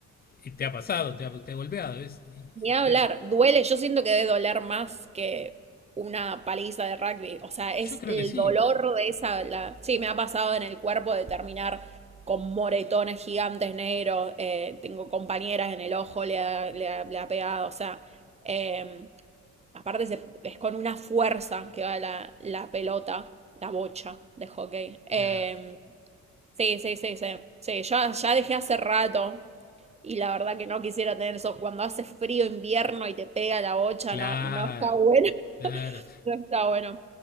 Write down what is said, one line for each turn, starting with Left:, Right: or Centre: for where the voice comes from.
Left: y te ha pasado, te ha, te ha golpeado. es- y-
Right: Ni hablar,
Left: te-
Right: duele, yo siento que debe doler más que una paliza de rugby, o sea, es
Left: yo creo
Right: el
Left: que sí.
Right: dolor de esa, la... sí, me ha pasado en el cuerpo de terminar con moretones gigantes negros, eh, tengo compañeras en el ojo, le ha, le ha- le ha pegado, o sea, eh, aparte se- es con una fuerza que va la, la pelota, la bocha de hockey. Eh,
Left: Claro,
Right: sí, sí, sí, sí, sí, yo ya dejé hace rato. Y la verdad que no quisiera tener eso. Cuando hace frío invierno y te pega la bocha,
Left: claro,
Right: no, no está bueno. <laughs>
Left: claro,
Right: No está bueno.